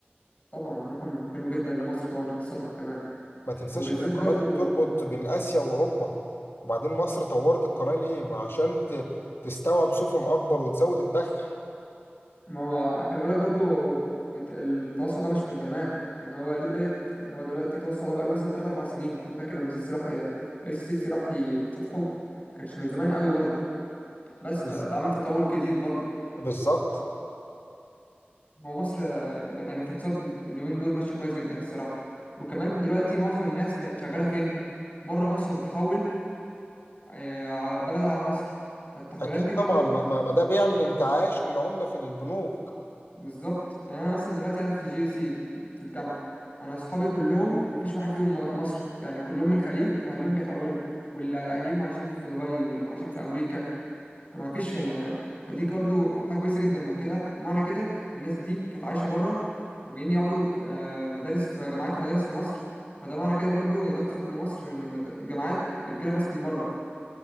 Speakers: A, on the left (about 40°); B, on the left (about 85°).
A: طبعا رقم حلو جدا لمصر طبعا لاقتصادها كمان
B: ما تنساش
A: وبالذات
B: ان القناة
A: برضو
B: دي بتربط بين اسيا واوروبا وبعدين مصر طورت القناة ليه ما عشان ت- تستوعب سفن اكبر وتزود الدخل
A: ما هو خلي بالك برضو الت- التوسع ده مش من زمان يعني هو ليه بدأت يعني هو دلوقتي التوسع ده بقاله مثلا 3 4 سنين انت فاكر لما السيسي راح ي- رئيس السيسي راح يفتتحه كانش من زمان قوي برضو بس فده
B: بز-
A: عمل تطور جديد برضو
B: بالظبط
A: هو مصر آه، يعني في الاقتصاد اليومين دول ماشي كويس جدا الصراحة وكمان دلوقتي معظم الناس بقت شغالة فين بره مصر بتحول آه، على البلد على مصر فالتحويلات
B: اكيد
A: دي برضو
B: طبعا ما ما ما ده بيعمل انتعاش للعمله في البنوك
A: بالظبط يعني انا مثلا دلوقتي انا في جي سي في الجامعه انا اصحابي كلهم ما فيش واحد فيهم م- مصري يعني كلهم من الخليج واهاليهم بيحولوا واللي اهاليهم عايشين في دبي واللي عايشين في امريكا ما فيش يعني فدي برضه حاجه كويسه جدا وكده بمعنى كده الناس دي كانت عايشه بره وجايين يقعدوا آه، مدارس في جامعات ومدارس في مصر فده معنى كده برضه ان ده اقتصاد لمصر ان المد- الجامعات بتجيلها ناس من بره